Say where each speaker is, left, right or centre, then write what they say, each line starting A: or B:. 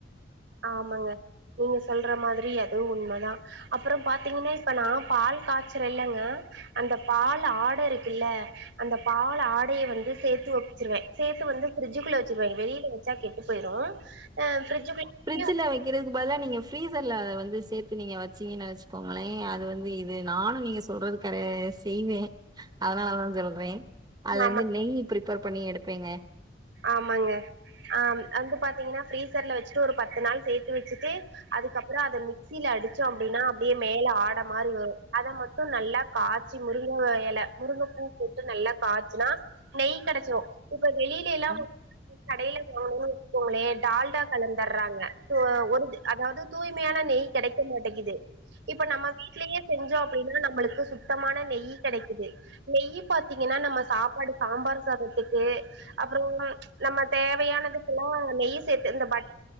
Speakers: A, on the right (about 65°); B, on the right (about 20°).
A: ஆமாங்க நீங்க சொல்ற மாதிரி அதுவும் உண்மைதான் அப்பறம் பாத்தீங்கன்னா இப்ப நான் பால் காய்ச்சற இல்லைங்க அந்த பால் ஆட இருக்குல்ல அந்த பால் ஆடையை வந்து சேத்து வைச்சிருவேன் சேத்து வந்து பிரிட்ஜிக்குள்ள வச்சிருவேன் வெளியில வச்சா கெ போயிரும் ஆ ஃப்ரிட்ஜு குல்ல
B: பிரிஜ்ல வைக்கிறதுக்கு பதிலா நீங்க ஃபீசர்ல அத வந்து சேர்த்து நீங்க வச்சீங்க வைச்சுப்போங்களேன் அது வந்து நானும் நீங்க சொல்றது க செய்வேன் அதனாலதான் சொல்றேன் அதுல இருந்து
A: ஆமா
B: நெய் ப்ரிப்பேர் பண்ணி எடுப்பேங்க
A: ஆமாங்க ஆ வந்து பாத்தீங்கன்னா ஃபிரீசர்ல வச்சுட்டு ஒரு பத்து நாள் சேர்த்து வச்சுட்டு அதுக்கப்பறம் அத மிக்சில அடிச்சோம் அப்டின்னா அப்டியே மேல ஆட மாரி வரும் அத மட் டும் நல்லா காய்ச்சி முருங்கை இலை முருங்கை பூ போட்டு நல்லா காய்ச்சுனா நெய் கெடச்சிடும் இப்ப வெளியிலல்லாம்
B: கீல
A: கடையில வாங்கனுன்னு போனே டால்டா கலந்துடுறாங்க ஒரு அதாவது தூய்மையான நெய் கிடை க்க மாட்டேங்கிது இப்ப நம்ம வீட்லயே செஞ்சோம் அப்டின்னா நம்மளுக்கு சுத்தமான நெய் கிடைக்குது நெய் பாத்தீங்கன்னா நம்ம சாப்பாடு சாம்பார் சாதத்துக்கு அப்பறோ நம்ம தேவையானதுக்கெல்லாம் நெய் சேர்த்து இந்த பட்